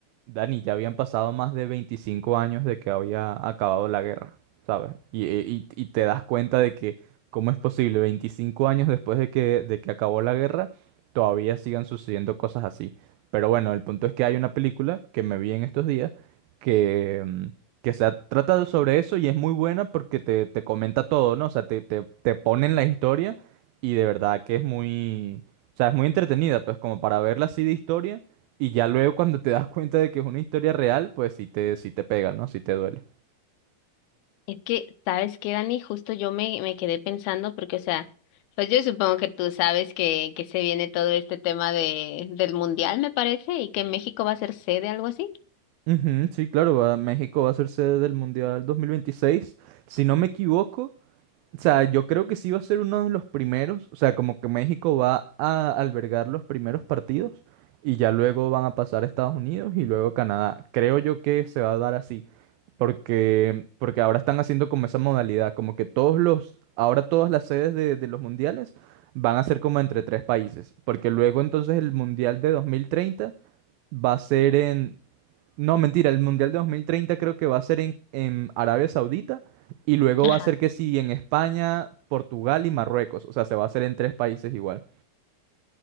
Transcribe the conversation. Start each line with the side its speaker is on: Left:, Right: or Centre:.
Right: Dani, ya habían pasado más de 25 años de que había acabado la guerra, ¿sabes? Y, eh, y- y te das cuenta de que, ¿cómo es posible? 25 años después de que, de que acabó la guerra, todavía sigan sucediendo cosas así. Pero bueno, el punto es que hay una película que me vi en estos días que, mm, que se ha- trata sobre eso y es muy buena porque te, te comenta todo, ¿no? O sea, te, te, te ponen la historia y de verdad que es muy... O sea, es muy entretenida, pues como para verla así de historia y ya luego cuando te das cuenta de que es una historia real, pues sí te, sí te pega, ¿no? Sí te duele.
Left: Es que, ¿sabes qué, Dani? Justo yo me, me quedé pensando porque, o sea, pues yo supongo que tú sabes que, que se viene todo este tema de, del mundial, me parece, y que México va a ser sede, algo así.
Right: Ujú, sí, claro, va- México va a ser sede del Mundial 2026. Si no me equivoco, O sea, yo creo que sí va a ser uno de los primeros, o sea, como que México va a albergar los primeros partidos y ya luego van a pasar a Estados Unidos y luego Canadá. Creo yo que se va a dar así, porque, porque ahora están haciendo como esa modalidad, como que todos los, ahora todas las sedes de, de los mundiales van a ser como entre tres países, porque luego entonces el mundial de 2030 va a ser en, no, mentira, el Mundial de 2030 creo que va a ser en, en Arabia Saudita y luego
Left: Ajá.
Right: va a ser que sí en España, Portugal y Marruecos. O sea, se va a hacer en tres países igual.